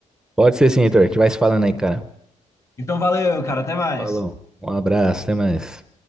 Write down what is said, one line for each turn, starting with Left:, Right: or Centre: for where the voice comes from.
Centre: Pode ser sim, Heitor. A gente vai se falando aí, cara.
Left: Então valeu, cara, até mais.
Centre: Falou. Um abraço, até mais.